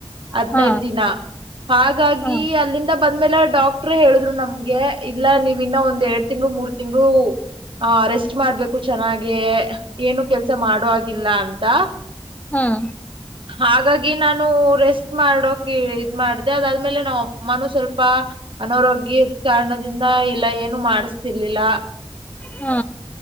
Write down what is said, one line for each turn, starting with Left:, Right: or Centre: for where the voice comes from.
Right: ಹದ್ಿನೈದ
Left: ಹಾ
Right: ದಿನ ಹಾಗಾಗಿ
Left: ಹಾ
Right: ಅಲ್ಲಿಂದ ಬಂದ್ಮೇಲೆ ಡಾಕ್ಟ್ರ ಹೇಳಿದ್ರು ನಮ್ಗೆ ಇಲ್ಲ ನೀವು ಇನ್ನ ಒಂದ್ ಎರಡ್ ತಿಂಗ್ಳ ಮೂರ್ ತಿಂಗಗಳು ಆ ರೆಸ್ಟ್ ಮಾಡ್ಬೇಕು ಚೆನ್ನಾಗೆ ಏನು ಕೆಲ್ಸ ಮಾಡುವಾಗ ಿಲ್ಲ ಅಂತ
Left: ಹ
Right: ಹಾಗಾಗಿ ನಾನು ರೆಸ್ಟ್ ಮಾಡೋಕ ಇದ್ ಮಾಡ್ದ ಅದಾದ್ಮೇಲೆ ನಾ ಮನು ಸ್ವಲ್ಪ ಅನಾರೋಗ್ಯ ಕಾರಣದಿಂದ ಇಲ್ಲ ಏನು ಮಾಡ ಮಾಡತಿರ್ಲಿಲ್ಲ
Left: ಹಾ